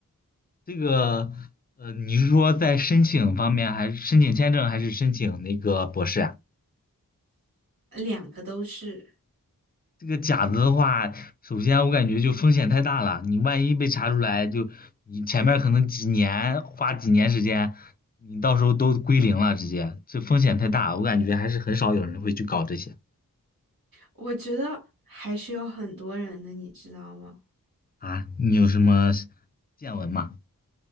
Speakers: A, on the left; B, on the right.
A: 这个，呃，你是说在申请方面，还是申请签证，还是申请那个博士呀？
B: 两个都是？
A: 这个假的的话，首先我感觉就风险太大了，你万一被查出来，就你前面可能几年花几年时间，你到时候都归零了，直接，这风险太大，我感觉还是很少有人会去搞这些。
B: 我觉得还是有很多人的，你知道吗？
A: 啊，你有什么见闻吗？